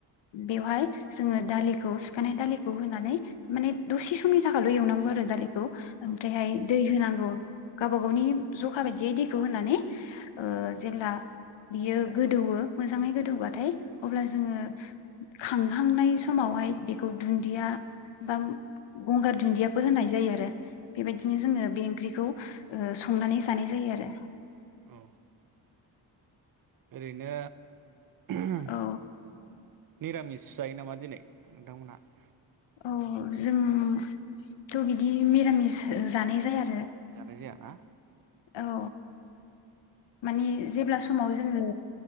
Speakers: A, on the left (about 70°); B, on the right (about 50°).
A: बेवहाय जोङो दालिखौ सुखानाय दालिखौ होनानै माने दसे समनि थाखायल' एवनांगौ आरो दालिखौ ओमफ्रायहाय
B: औ
A: दै होनांगौ गावबा गावनि जख जखा बायदियै दैखौ होनानै ओ जेब्ला बियो गोदौयो मोजाङै गोदौबाथाय अब्ला जोङो खांहांनाय समावहाय बेखौ दुदिया बा गंगार दुदियाफोर होनाय जायो आरो बेबायदिनो जोङो बे ओंख्रिखौ ओ संनानै जानाय जायो आरो।
B: औ ओरैनो ओम
A: औ
B: निरामिस जायो नामा दिनै नोंथांमोनहा?
A: औ जोंथ' बिदि मिरामिस ओ जानाय जाया। आरो
B: जानाय जाया ना?
A: औ माने जेब्ला समाव जोङो